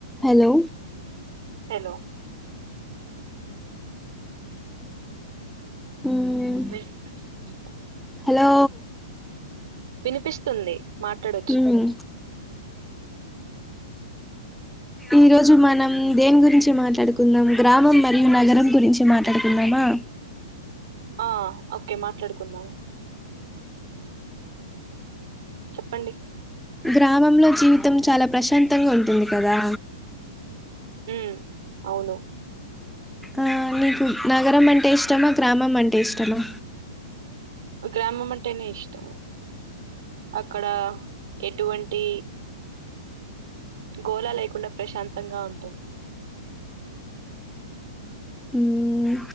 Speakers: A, in the centre; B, on the right.
A: హలో
B: హలో
A: మ్మ్
B: బే <inaudible>
A: హలో
B: వినిపిస్తుంది మాట్లాడొచ్చు.
A: మ్మ్ ఈ రోజు మనం దేని గురించి మాట్లాడుకుందాం, గ్రామం మరియు నగరం గురించి మాట్లాడుకుందామా.
B: ఆ ఓకే మాట్లాడుకుందాము. చెప్పండి.
A: గ్రామంలో జీవితం చాలా ప్రశాంతంగా ఉంటుంది కదా.
B: ఉ అవును.
A: ఆ నీకు నగరం అంటే ఇష్టమా, గ్రామం అంటే ఇష్టమా?
B: గ్రామం అంటేనే ఇష్టము. అక్కడ ఎటువంటి గోలా లేకుండా ప్రశాంతంగా ఉంటుంది.
A: మ్మ్